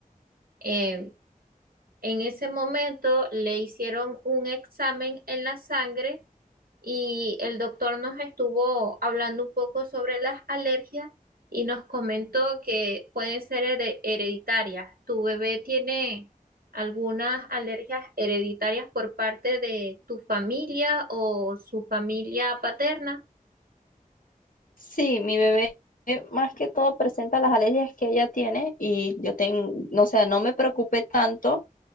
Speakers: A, on the right; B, on the left.
A: Eh, en ese momento le hicieron un examen en la sangre y el doctor nos estuvo hablando un poco sobre las alergias y nos comentó que pueden ser here- hereditarias. ¿Tu bebé tiene algunas alergias hereditarias por parte de tu familia o su familia paterna?
B: Sí, mi bebé eh, más que todo presenta las alergias que ella tiene y yo tengo, no sé, no me preocupé tanto